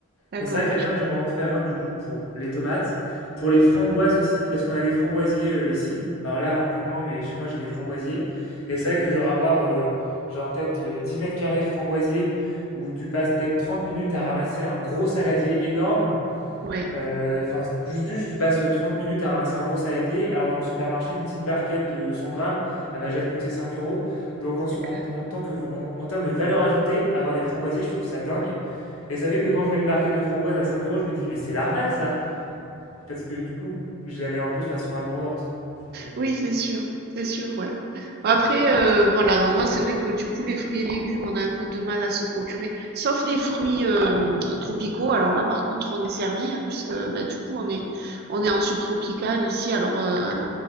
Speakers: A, on the right; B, on the left.
A: d'accord,
B: Mais c'est vrai qu'à
A: ouais, je
B: terme,
A: comprends.
B: j'aimerais en faire un du coup pour les tomates, pour les framboises aussi, parce qu'on a des framboisiers euh, ici. Alors là, un peu moins, mais chez moi, j'ai des framboisiers. Et c'est vrai que genre avoir euh, genre peut-être euh, 10 mètres carrés de framboisiers où tu passes peut-être 30 minutes à ramasser un gros saladier énorme,
A: Ouais,
B: euh, Enfin, juste, juste, tu passes euh, 30 minutes à ramasser un gros saladier, alors que dans le supermarché, une petite barquette de 100 grammes, elle va déjà te coûter 5 euros. Donc, en,
A: c'est
B: so-
A: clair.
B: en, en tant que, en, en termes de valeur ajoutée, avoir des framboisiers, je trouve ça dingue. Et ça fait que quand je vois une barquette de framboises à 5 euros, je me dis, mais c'est l'arnaque, ça! Parce que du coup, je l'avais un peu de façon abondante. Mais-
A: Oui, c'est sûr, c'est sûr, ouais. Bon, Après, euh, voilà, donc moi c'est vrai que du coup les fruits et légumes, on a un peu de mal à se procurer, sauf des fruits euh, tropicaux. Alors là, par contre, on est servi, hein, puisque bah, du coup on est on est en subtropical ici. Alors euh,